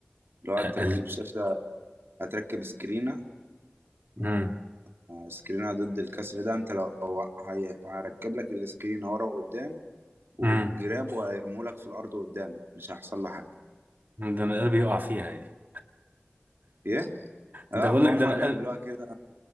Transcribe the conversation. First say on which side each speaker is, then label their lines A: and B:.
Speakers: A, on the right; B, on the right.
A: لو هتركب
B: اقل
A: شاشة هتركب سكرينة
B: امم
A: وسكرينة ضد الكسر ده انت لو هي- هيركب لك السكرينة ورا وقدام وبالجراب
B: امم
A: وهيرموا لك في الأرض قدام مش هيحصل له حاجة
B: ده انا قلبي يقع فيها دي
A: ايه؟
B: <laughs>
A: لا
B: ده بقول
A: ما
B: لك
A: هم
B: ده انا
A: بيعملوها
B: قلب
A: كده